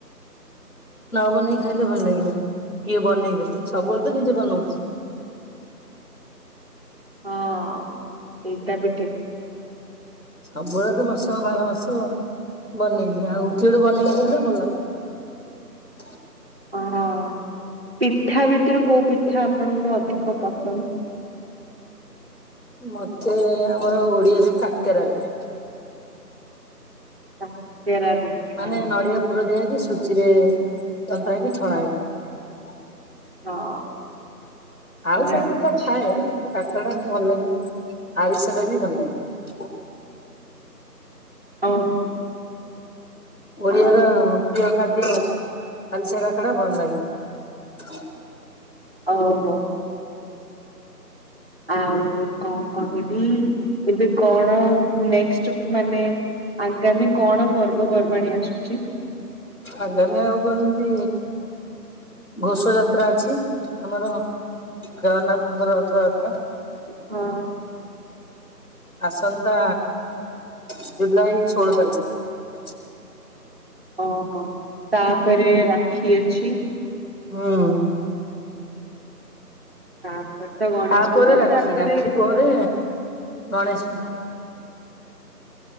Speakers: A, on the left; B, on the right.
A: ବନେଇକି ଖାଇଲେ ଭଲ ଲାଗିବ, କିଏ ବନେଇଦେଲେ? ସବୁବେଳେ ତ ନିଜେ ବନଉଛି।
B: ହଁ ଏଇଟା ବି ଠିକ।
A: ସବୁବେଳେ ତ ବର୍ଷକ ବାର ମାସ ବନେଇଲି ଆଉ କିଏ ଗୋଟେ ବନେଇକି ଦେଲେ ଭଲ ଲାଗନ୍ତା।
B: ହ ପିଠା ଭିତରୁ କୋଉ ପିଠା ଆପଣଙ୍କୁ ଅଧିକ ପସନ୍ଦ?
A: ମତେ ଆମର ଓଡିଆରେ କାକେରା ପିଠା।
B: କାକେରା ପିଠା
A: ମାନେ ନଡ଼ିଆ ପୁର ଦିଆ ହେଇ ସୁଜି ଇଏ ଯନ୍ତା ହେଇକି ଛଣା ହେଇ
B: ହଁ।
A: ଆଉ
B: ଜାଣିଚି
A: ସବୁ ପିଠା ଖାଏ। କିନ୍ତୁ କାକରା ଟା ବି ଭଲ ଲାଗେ, ଆରିଶ ଟା ବି ଭଲ ଲାଗେ।
B: ଓହୋ।
A: ଓଡିଆ
B: ଆଉ
A: ର ପ୍ରିୟ ଖାଦ୍ୟ ଆରିଶା କାକରା ଭଲ ଲାଗେ।
B: ଓହୋ। ଆଉ କଣ କହିବି ଏବେ କଣ ନେକ୍ସଟ ମାନେ ଆଗାମୀ କଣ ପର୍ବପର୍ବାଣୀ ଆସୁଛି?
A: ଆଗାମୀ ଆଉ କେମିତି ଘୋଷଯାତ୍ରା ଅଛି ଆମର ଜଗନ୍ନାଥଙ୍କର ରଥ
B: ହଁ।
A: ଆସନ୍ତା ଜୁଲାଇ ଷୋହଳ ତାରିଖ।
B: ଓହୋ ତାପରେ ରାକ୍ଷୀ ଅଛି।
A: ହୁଁ।
B: ତାପରେ ତ ଗଣେଶ
A: ତାପରେ
B: ପୂଜା
A: ରାକ୍ଷୀ,
B: ତାପରେ
A: ରାକ୍ଷୀ ପରେ, ଗଣେଶ ପୂଜା।